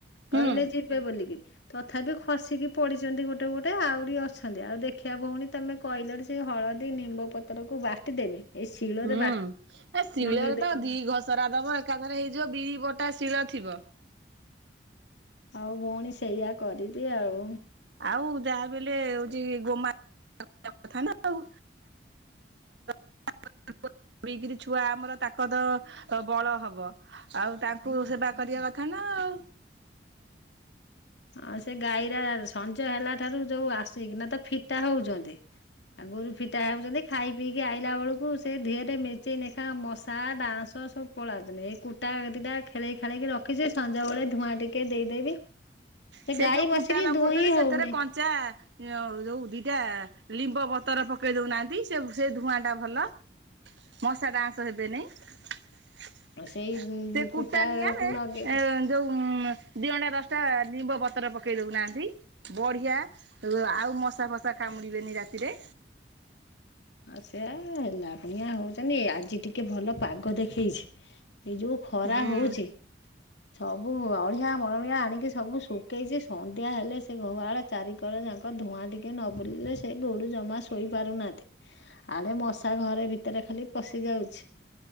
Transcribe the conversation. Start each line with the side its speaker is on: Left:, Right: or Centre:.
Right: ହୁଁ
Left: କହିଲେ ଯିବେ ବୋଲିକି। ତଥାପି ଖସିକି ପଡିଛନ୍ତି ଗୋଟେ ଗୋଟେ ଆହୁରି ଅଛନ୍ତି ଆଉ ଦେଖିବା ଭଉଣୀ ତମେ। କହିଲାରୁ ସେ ହଳଦୀ ନିମ୍ବ ପତ୍ରକୁ ବାଟି ଦେବି। ଏଇ ଶିଳରେ
Right: ହୁଁ ଏ ଶିଳରେ
Left: ନଗେଇଦେମି
Right: ତ ଦି ଘସରା ଦବ ଏକାଥରେ ହେଇଯିବ ବିରି ବଟା ଶିଳ ଥିବ।
Left: ହଉ ଭଉଣୀ ସେଇୟା କରିବି ଆଉ।
Right: ଆଉ ଯାହା ବିଲେ ହଉଛି
Left: ସେ
Right: ଗୋମା କଥା ନା ଆଉ। <inaudible> ପିଇକରି ଛୁଆ ଆମର ତାକତ ବଳ ହବ। ଆଉ ତାଙ୍କୁ ସେବା କରିବା କଥା ନା ଆଉ।
Left: ହଁ ସେ ଗାଈରା ସଞ୍ଜ ହେଲା ଠାରୁ ଯୋଉ ଆସିକିନା ତ ଫିଟା ହଉଛନ୍ତି। ଆଉ ଗୋରୁ ଫିଟା ହେଉଛନ୍ତି ଖାଇ ପିଇକି ଆଇଲା ବେଳକୁ ସେ ଦେହରେ ମେଞ୍ଚେ ଲେଖା ମଶା ଡାଆଁଶ ସବୁ ପଳାନ୍ତୁଣି ଏଇ କୁଟା ଦିଟା ଖେଳେଇ ଖାଳେଇକି ରଖିଛି ସଞ୍ଜ ବେଳେ ଧୂଆଁ ଟିକେ ଦେଇଦେବି। ସେ
Right: ସେଇ
Left: ଗାଈ
Right: ଯୋଉ କୁଟା
Left: ବସିକି
Right: ଲଗାଉଛନ୍ତି
Left: ଦୁହିଁ
Right: ସେଥିରେ
Left: ହଉନି
Right: କଞ୍ଚା ଏ ଯୋଉ ଯୋଉ ଦିଟା ଲିମ୍ବ ପତର ପକେଇ ଦଉନାହାନ୍ତି ସେ ସେ ଧୂଆଁ ଟା ଭଲ। ମଶା ଡାଆଁଶ ହେବେନି। ସେ
Left: ସେଇ
Right: କୁଟା
Left: କୁଟାକୁ
Right: ନିଆଁରେ
Left: ନଗେଇ
Right: ଯୋଉ ଦିଗଣ୍ଡା ଦଶଟା ନିମ୍ବ ପତ୍ର ପକେଇ ଦଉନାହାନ୍ତି ବଢିଆ ଆଉ ମଶା ଫଶା କାମୁଡିବେନି ରାତିରେ।
Left: ଆଚ୍ଛା ହେଲା ପାଇଁଆ ସେଇୟା ହଉଛନ୍ତି ଆଜି ଟିକେ ଭଲ ପାଗ ଦେଖେଇଛି। ଏଇ ଯୋଉ ଖରା
Right: ହୁଁ।
Left: ହଉଛି। ସବୁ ଅଳିଆ ମଳିଆ ଆଣିକି ସବୁ ଶୁଖେଇଛି ସନ୍ଧ୍ୟା ହେଲେ ସେ ଗୁହାଳ ଚାରିିକର ଯାଙ୍କ ଧୂଆଁ ଟିକେ ନ ବୁଲିଲେ ସେ ଗୋରୁ ଜମା ଶୋଇ ପାରୁନାହାନ୍ତି। ଆଡ଼େ ମଶା ଘରେ ଭିତରେ ଖାଲି ପଶିଯାଉଛି।